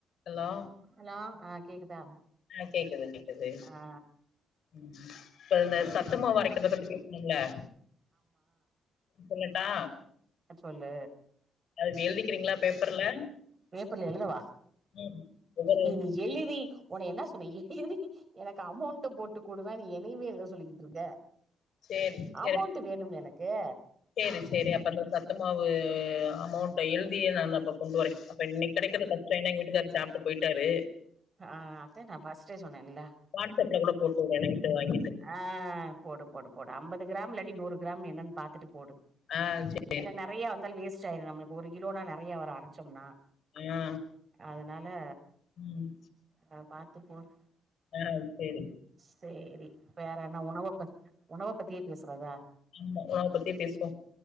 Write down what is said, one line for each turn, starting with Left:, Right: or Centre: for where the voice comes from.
Left: Hello
Right: hello ஆ கேக்குதா
Left: ஆ கேக்குது தோழி
Right: ஆ
Left: ம் இப்ப இந்த சத் தும்மாவு அரைக்கிறத பத்தி பேசினீங்ளா <unintelligible> தா
Right: அ சொல்லு
Left: அது எழுதிக்கிறீங்ளா பேப்பர்ல
Right: பேப்பர்ல எழுதவா
Left: ம் ஒவ்வொரு
Right: ஏ நீ எழுதி ஒன என்னா சொன்னே எழுதி எனக்கு அமௌண்ட்ட போட்டு குடுறா நீ என்னிவே எழுத சொல்லிக்கிட்டு இருக்க
Left: சேரி சேரி
Right: அமௌண்ட் வேணுமில்ல எனக் கே
Left: சேரி சேரி அப்ப நீ சத்துமாவு அமௌண்ட்டு எழுதியே நானு அப்ப கொண்டு வரே அப்ப இன்னைக்கு கெடைக்கறது கஷ்டோ ஏனா எங்க வீட்டுக்காரர் சாப்ட்டு போயிட்டாரு
Right: ஆ அதே நா பஸ்ட்டே சொன்னேன்ல்ல
Left: வாட்ஸ்அப்ல கூட போட்டு விடுறேன் நைட்டு வாங்கிட்டு
Right: ஆ போடு போடு போடு அம்பது கிராம் இல் லாட்டி நூறு கிராம் என்னன் பாத்துட்டு போடு
Left: ஆ சேரி
Right: ஏனா நெறையா வந்தாலு வேஸ் டாயிரு நம்மளுக்கு ஒரு கிலோனா நெறையா வரு அரச்சம்னா
Left: ஆ
Right: அதனால
Left: ம்
Right: நா பாத்து போட்ற
Left: ஆ சேரி
Right: சேரி வேற என்ன உணவ பத் உணவ பத்தியே பேசுறதா
Left: ஆமா உணவ பத்தியே பேசுவோம்